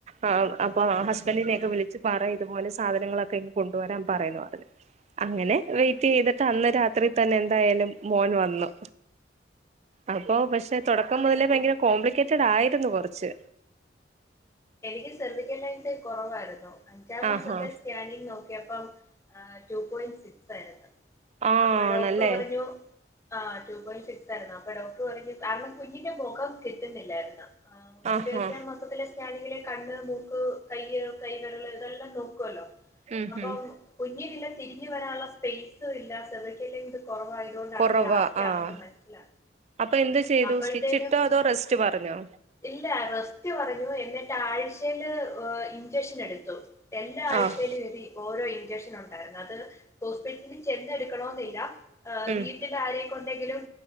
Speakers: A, on the right (about 35°); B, on the left (about 15°).
A: അ അപ്പൊ ആ ഹസ്ബൻഡിനെയൊക്കെ വിളിച്ച് പറ ഇതുപോലെ സാധനങ്ങളൊക്കെ ഇങ് കൊണ്ടുവരാൻ പറയെന്ന് പറഞ്ഞു. അങ്ങനെ വെയ്റ്റ് ചെയ്തിട്ട് അന്ന് രാത്- ത്രി തന്നെ എന്തായാലും മോന് വന്നു. അപ്പൊ പക്ഷെ തുടക്കം മുതലേ ഭയങ്കര കോംപ്ലിക്കേറ്റഡ് ആയിരുന്നു കൊറച്ച്
B: എനിക്ക് സെർവിക്കലി <unintelligible> കുറവായിരുന്നു അഞ്ചാം മാസത്തെ
A: ആഹാ
B: സ്കാനിങ് നോക്കിയപ്പം ടു പോയിന്റ് സിക്സ് ആയിരുന്നു
A: ആഹ്
B: അപ്പൊ ഡോക്ടർ
A: ആണല്ലേ
B: പറഞ്ഞു ആ ടു പോയിന്റ് സിക്സ് ആയിരുന്നു. അപ്പൊ ഡോക്ടർ പറഞ്ഞു കാരണം കുഞ്ഞിന്റെ മൊകം കിട്ടുന്നില്ലാരുന്നു. ആ <unintelligible>
A: ആഹാ
B: മൊത്തത്തിലെ സ്കാനിങ്ങിലെ കണ്ണ്, മൂക്ക്, കയ്യ്, കൈവെര്ല് ഇതെല്ലാം നോ- ക്കുവല്ലോ.
A: ഉം
B: അപ്പം
A: ഉം
B: കുഞ്ഞിനില്ല തിരിഞ്ഞ് വരാനുള്ള സ്പെയിസ് ല്ല. <unintelligible> ലെങ്ത് കൊറവായതുകൊണ്ട്
A: കുറവാ
B: അന്ന് ലാസ്റ്റ്
A: ആഹ്
B: അവർക്ക് മനസിലാ
A: അപ്പൊ എന്ത് ചെയ്തു
B: അപ്പോഴത്തേനും
A: സ്റ്റിച്ച് ഇട്ടോ അതോ റെസ്റ്റ് പറഞ്ഞോ
B: ഇല്ല റസ്റ്റ്‌ പറഞ്ഞു <unintelligible> എന്നിട്ട് ആഴിചേൽ ഏ ഇൻചക്ഷൻ എടുത്തു. എല്ലാ ആഴ്ചേലും
A: ആഹ്
B: രി ഓരോ ഇഞ്ച ഇൻജെക്ഷൻ ഉണ്ടായിർന്നു അത് ഹോസ്പിറ്റലിൽ ചെന്നെടുക്കണോന്നില്ല
A: ഉം
B: വീട്ടിലാരേ കൊണ്ടെങ്കിലും